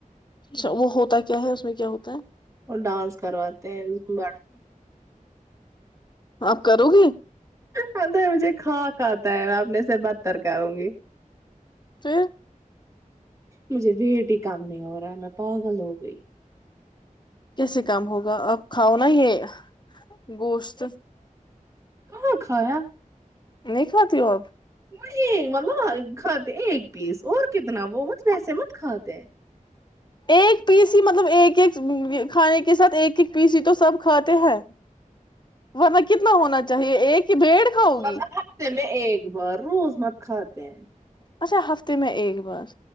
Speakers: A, on the left; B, on the right.
A: اچھا وہ ہوتا کیا ہے اس میں کیا ہوتا ہے
B: اور ڈانس کرواتے ہیں ب
A: آپ کرو گے
B: ہ تو مجھے کااک آتا ہے میں اپنے سے بدتر کروں گی
A: تو
B: مجھے وٹ ہی کام نہیں ہو رہا ہے میں پاگل ہو گئی
A: کیسے کام ہوگا آپ کھاؤ نا یہ گوشت
B: کہاں کھایا
A: نہیں خاتتی ہوب
B: ایک مطلب خط ایک پیس اور کتنا وہ مت ویسے مت کھاتے ہیں
A: ایک پیس ہی مطلب ایک ایک کھانے کے ساتھ ایک ایک پیسی تو سب کھاات ہیں ورنہ کتنا ہونا چاہیے ایک ہی بھیڑ کھاؤ
B: مطلب
A: گی
B: ہفتے میں ایک بار روز مت کھاتے ہیں
A: اچھ ہف تو میں ایگ بد